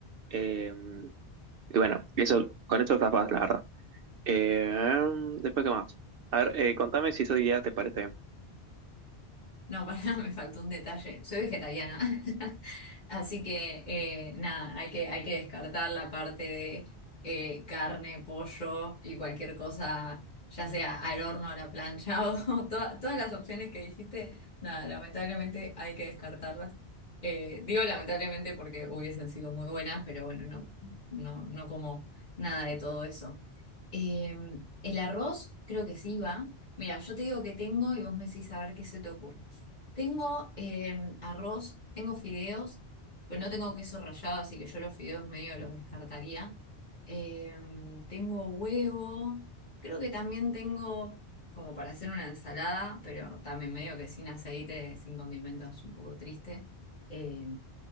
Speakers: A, on the right (about 65°); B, on the left (about 40°).
A: eh, y bueno, eso, con esto tapas, la verdad. Eh, después, ¿qué más? A ver, eh, contame si esa idea te parece bien.
B: No, <laughs> para, me faltó un detalle. Soy vegetariana. <laughs> Así que eh, nada, hay que, hay que descartar la parte de eh, carne, pollo y cualquier cosa, ya sea al horno, a la plancha <laughs> o, toda- todas las opciones que dijiste. Nada, lamentablemente hay que descartarlas. Eh, digo lamentablemente porque hubiesen sido muy buenas, pero bueno, no, no, no como nada de todo eso. Eh, el arroz creo que sí va. Mira, yo te digo que tengo y vos me decís a ver qué se te ocurre. Tengo eh, arroz, tengo fideos, pero no tengo queso rallado, así que yo los fideos medio los descartaría. Eh, tengo huevo, creo que también tengo como para hacer una ensalada, pero también medio que sin aceite, sin condimentos, un poco triste. Eh,